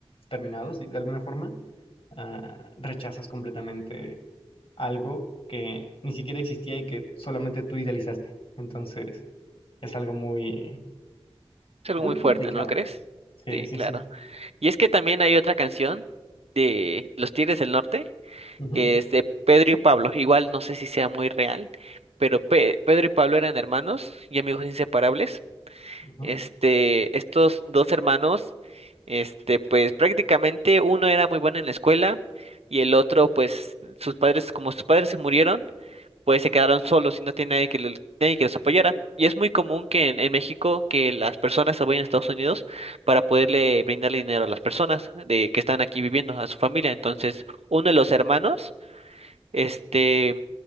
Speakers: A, on the left (about 65°); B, on the right (about 85°).
A: terminados de de alguna forma, ah, rechazas completamente algo que ni siquiera existía y que solamente tú idealizaste. Entonces, es algo muy,
B: es algo
A: muy
B: muy fuerte,
A: complicado.
B: ¿no crees?
A: Sí,
B: Sí,
A: sí,
B: claro.
A: sí.
B: Y es que también hay otra canción de Los Tigres del Norte,
A: Ujú,
B: que es de Pedro y Pablo, igual no sé si sea muy real, pero Pe- Pedro y Pablo eran hermanos y amigos inseparables.
A: ujú.
B: Este, estos dos hermanos, este, pues prácticamente uno era muy bueno en la escuela y el otro, pues sus padres, como sus padres se murieron, pues se quedaron solos y no tiene nadie que los, nadie que los apoyara. Y es muy común que en, en México que las personas se vayan a Estados Unidos para poderle brindarle dinero a las personas de que están aquí viviendo, a su familia. Entonces, uno de los hermanos, este